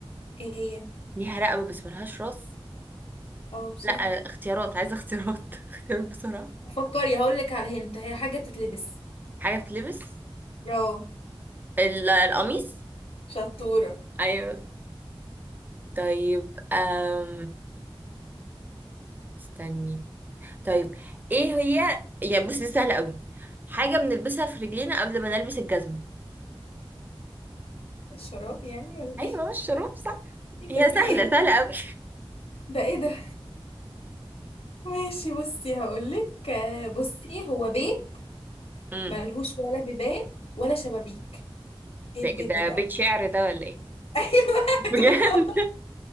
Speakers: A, on the left (about 85°); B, on the right (about 20°).
A: ايه هي
B: ليها رقبة بس ملهاش راس
A: اه بسرعة
B: لا اختيارات عايزة اختيارات <laughs> اختيارات بسرعة
A: فكري هقولك على هنت هي حاجة بتتلبس
B: حاجة بتلبس
A: اه
B: ال- القميص
A: شطورة
B: ايوه طيب أم... استني طيب ايه هي يعني بص دي سهلة قوي حاجة بنلبسها في رجلينا قبل ما نلبس الجزمة
A: الشراب يعني ولا
B: ايوه
A: ايه
B: مش الشروب صح
A: <laughs> انت
B: هي
A: في
B: سهلة
A: ايه
B: سهلة قوي
A: ده ايه ده ماشي بصي هقولك آه، بصي هو بيت
B: امم
A: ملهوش ولا بيبان ولا شبابيك ايه
B: ده
A: البيت
B: ده
A: ده بقى
B: بيت شعر ده ولا ايه
A: <laughs> ايوه
B: بجد
A: طب
B: <laughs>